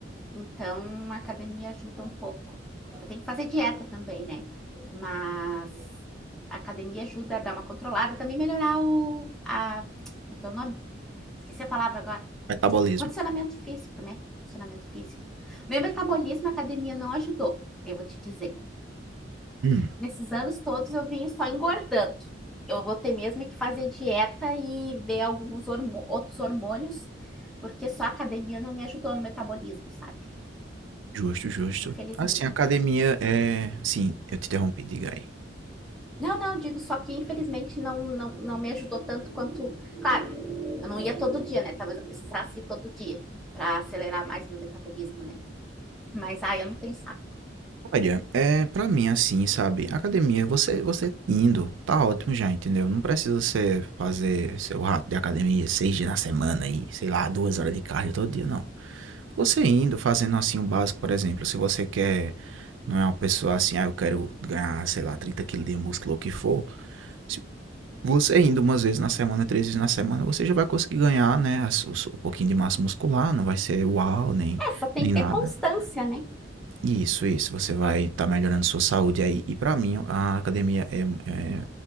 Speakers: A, in the centre; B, on the right.
A: Então a academia ajuda um pouco. Eu tenho que fazer dieta também, né? Mas a academia ajuda a dar uma controlada e também melhorar o, a, como é que é o nome? Esqueci a palavra agora.
B: Metabolismo.
A: Condicionamento físico, né? Condicionamento físico. Meu metabolismo, a academia não ajudou, eu vou te dizer
B: Hum,
A: nesses anos todos eu vim só engordando. Eu vou ter mesmo que fazer dieta e ver alguns hormo- outros hormônios, porque só a academia não me ajudou no metabolismo, sabe?
B: justo, justo.
A: Infelizmente.
B: Assim, a academia é. Sim, eu te interrompi, diga aí.
A: Não, não, digo só que infelizmente não, não, não me ajudou tanto quanto. Claro, eu não ia todo dia, né? Talvez eu precisasse ir todo dia para acelerar mais meu metabolismo, né? Mas, ah, eu não tenho saco.
B: Olha, é pra mim assim, sabe? Academia, você você indo, tá ótimo já, entendeu? Não precisa você fazer seu rato de academia seis dias na semana e, sei lá, duas horas de cardio todo dia, não. Você indo, fazendo assim o básico, por exemplo, se você quer, não é uma pessoa assim, ah, eu quero ganhar, sei lá, 30 quilos de músculo ou o que for, se Você indo umas vezes na semana, três vezes na semana, você já vai conseguir ganhar, né, as- os- um pouquinho de massa muscular, não vai ser uau, nem,
A: É, só tem
B: nem
A: que
B: nada.
A: ter constância, né?
B: Isso, isso, você vai estar melhorando sua saúde aí. E pra mim, a academia é, é